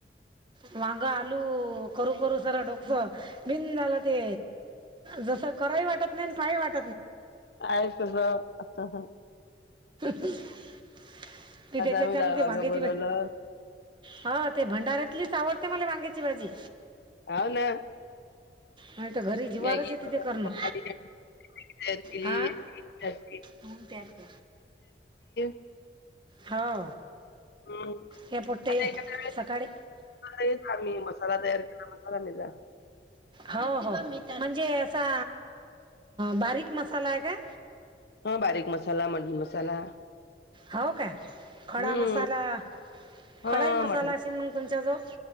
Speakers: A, on the right; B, on the left.
A: वांग, आलू करू करू सारं डोकसं बिंद झालं ते. जसं करावं ही वाटत नाही काही वाट
B: आहे तुझं आता
A: ते त्यांच्याच
B: आम्ही डाळ
A: ते
B: वांग
A: वांगेची
B: बनवलं
A: हा ते भंडार्यात तिथलीच आवडते मला वांग्याची भाजी.
B: आव ना,
A: नाही तर घरी जिवारच
B: मॅगी
A: येते
B: <unintelligible>
A: ते करणं
B: तयार केली
A: हा म्हणून त्यात
B: <unintelligible>
A: हो
B: हम
A: हे पोट्टे
B: आता एखाद्या
A: सकाळी
B: वेळेस आम्ही मसाला तयार केला मसाला नि जा.
A: हो हो, म्हणजे असा बारीक मसाला आहे का?
B: हा बारीक मसाला, मटन मसाला
A: हो काय? खडा
B: हम्म
A: मसाला, खडाही
B: हा
A: मसाला
B: मटन
A: असेल मग तुमचा जवळ?